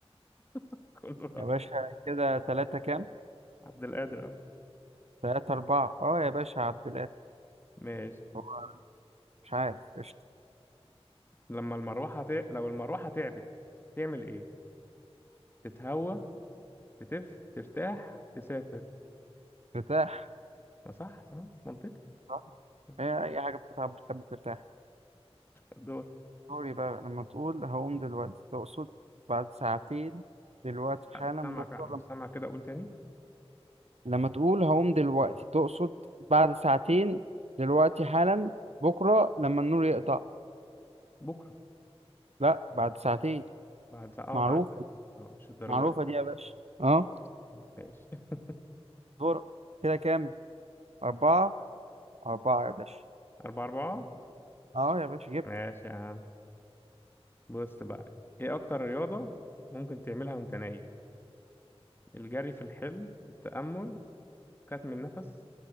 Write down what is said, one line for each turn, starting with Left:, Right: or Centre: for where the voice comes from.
Left: <laughs> كله راح
Right: يا باشا كده تلاتة كام
Left: عبد القادر اهو
Right: تلاتة أربعة أه يا باشا عبد
Left: ماشي
Right: هو مش عارف قشطة
Left: لما المروحه ت... لو المروحه تعبت تعمل ايه تتهوى تتف ترتاح تسافر
Right: ارتاح
Left: ما صح أه، منطقي
Right: صح؟
Left: أه،
Right: هي أي حاجة بتتعب بتحب ترتاح
Left: الدور
Right: قولي بقى لما تقول هقوم دلوقتي تقصد بعد ساعتين دلوقتي حالا
Left: لا مش سامع
Right: بكرة
Left: كده مش
Right: لما
Left: سامع كده اقول تاني
Right: لما تقول هقوم دلوقتي تقصد بعد ساعتين دلوقتي حالا بكرة لما النور يقطع
Left: بكره
Right: لا بعد ساعتين
Left: بعد ساعه
Right: معروفة
Left: اه بعد ساعتين اه مش الدرجه
Right: معروفة
Left: دي
Right: دي يا باشا اه
Left: ماشي <laughs>
Right: دورك كده كام أربعة أربعة يا باشا
Left: أربعة أربعة
Right: اه يا باشا جبت
Left: ماشي يا عم بص بقى إيه أكتر رياضة ممكن تعملها وأنت نايم الجري في الحلم التأمل كتم النفس